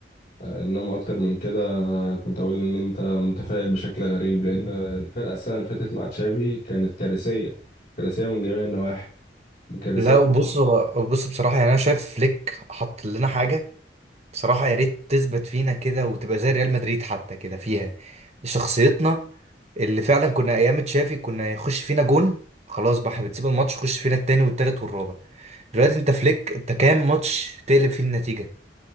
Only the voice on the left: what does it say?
آه، انما اكتر من كده آه، كنت اقول ان انت متفائل بشكل غريب لان الفرقه السنه اللي فاتت مع تشافي كانت كارثيه كارثيه من جميع النواحي كارثيه